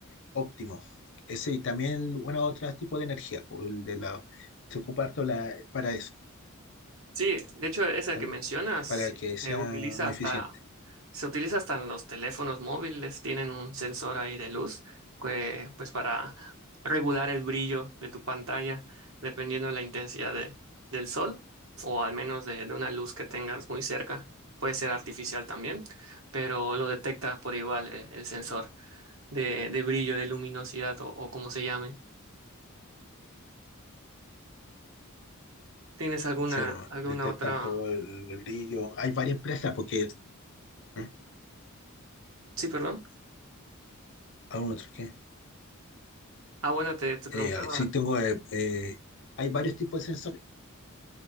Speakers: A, on the left; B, on the right.
A: óptimo. Ese y también, bueno, otro tipo de energía, o el de la, se ocupa harto la, para eso,
B: Sí, de hecho, ese
A: ¿aló?
B: que mencionas
A: para
B: se
A: que sea
B: se utiliza
A: más
B: hasta,
A: eficiente.
B: se utiliza hasta en los teléfonos móviles, tienen un sensor ahí de luz que, pues para regular el brillo de tu pantalla, dependiendo de la intensidad de- del sol, o al menos de, de una luz que tengas muy cerca. Puede ser artificial también, pero lo detecta por igual eh, el, sensor de, de brillo, de luminosidad o, o como se llame. ¿Tienes alguna,
A: Sí, bo,
B: alguna
A: detectan
B: otra?
A: todo el, el brillo. Hay varias empresas porque ¿eh?
B: Sí, perdón.
A: aún otro qué
B: Ah, bueno, te, te preguntaba
A: Eh, sí, tengo. eh, eh, hay varios tipos de sensores